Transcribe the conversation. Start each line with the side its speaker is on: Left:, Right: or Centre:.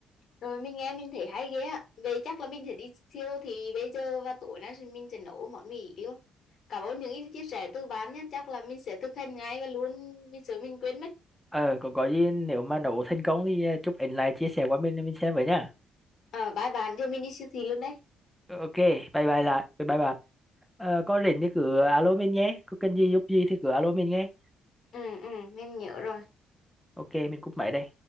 Left: rồi mình nghe mình thấy hay ghê á vậy chắc là mình sẽ đi siêu thì bây giờ và tối nay thì mình sẽ nấu món mì luôn cảm ơn những ý chia sẻ từ bạn nhé chắc là mình sẽ thực hành ngay và luôn mình sợ mình quên mất
Centre: ờ còn có gì nếu mà nấu thành công thì ờ, chúc ảnh lại chia sẻ qua mình mình xem với nhá
Left: ờ bye bạn giờ mình đi siêu thị luôn đấy
Centre: ok bye bye lại bye bye bạn ờ, có rảnh thì cứ alo mình nhé có cần gì giúp gì thì cứ alo mình nhé
Left: ừ ừ mình nhớ rồi
Centre: ok mình cúp máy đây